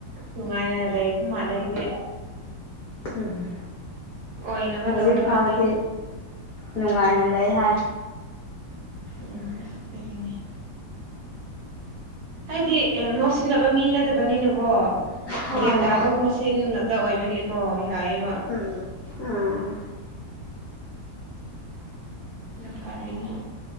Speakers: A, on the right (about 65°); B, on the left (about 75°).
A: ꯅꯨꯡꯉꯥꯏꯅ ꯂꯩꯕ ꯃꯥꯜꯂꯦ ꯑꯗꯨꯗꯤ
B: ꯎꯝ
A: ꯑꯣꯏꯅꯕ
B: ꯍꯧꯖꯤꯛ
A: ꯇꯧꯔꯣ
B: ꯐꯥꯎꯗꯤ
A: ꯍꯥꯏ
B: ꯅꯨꯡꯉꯥꯏꯅꯂꯦ ꯍꯥꯏ
A: ꯎꯝꯒꯤꯅꯦ ꯍꯥꯏꯗꯤ ꯉꯥꯎꯁꯤꯟꯅꯕ ꯃꯤꯅꯗꯕꯅꯤꯅ ꯀꯣ
B: ꯍꯣꯏ
A: ꯌꯦꯟ ꯇꯥꯕꯒ ꯃꯦꯟ ꯉꯥꯛꯇ ꯑꯣꯏꯕꯒꯤꯀꯣ ꯌꯥꯏꯑꯕ
B: ꯎꯝ ꯎꯝ
A: ꯐꯔꯦꯅꯦ